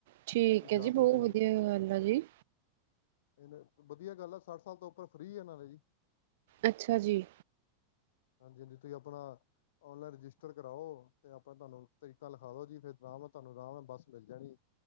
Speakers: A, on the right; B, on the left.
A: ਠੀਕ
B: ਤੁਸੀਂ ਜਾ
A: ਹੈ ਜੀ, ਬਹੁਤ
B: ਸਕਦੇ
A: ਵਧੀਆ ਗੱਲ ਆ ਜੀ।
B: ਇਹ ਵਧੀਆ ਗੱਲ ਆ, ਸੱਠ ਸਾਲ ਤੋਂ ਉੱਪਰ ਫ੍ਰੀ ਆ ਨਾਲੇ ਜੀ।
A: ਅੱਛਾ ਜੀ।
B: ਹਾਂਜੀ ਹਾਂਜੀ, ਤੁਸੀਂ ਆਪਣਾ ਔਨਲਾਈਨ ਰਜਿਸਟਰ ਕਰਾਓ ਤੇ ਆਪਣਾ ਤੁਹਾਨੂੰ ਤਰੀਕਾ ਲਿਖਾ ਦੋ ਜੀ, ਫਿਰ ਆਰਾਮ ਤੁਹਾਨੂੰ ਆਰਾਮ ਨਾਲ ਬੱਸ ਮਿਲ ਜਾਣੀ।